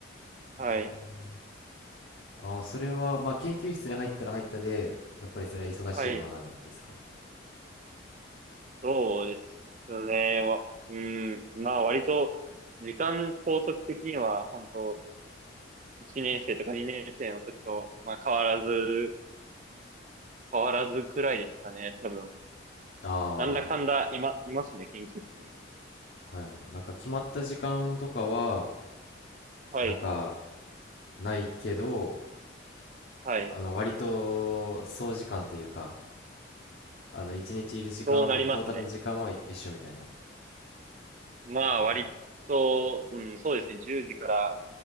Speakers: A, on the right (about 40°); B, on the left (about 60°).
A: はい。
B: ええあ、それは、まあ、研究室に入ったら入ったで、やっぱりそれは忙しいものなんですか
A: はい。そうですね。わうん。まあ、割と、時間拘束的には、本当1年生とか2年生の時と、まあ、変わらず、変わらずくらいですかね。多分、
B: ああ、
A: なんだかんだ、
B: は
A: 今、いますね、研究室に。
B: いはい。なんか決まった時間とかは、
A: はい。
B: なんかないけど、
A: はい。
B: あの、割と総時間というか、あの、一日いる時間、
A: そうなりますね。
B: トータルの時間は一緒みたいな。
A: まあ、
B: あ
A: 割と、うん、そうですね。10時から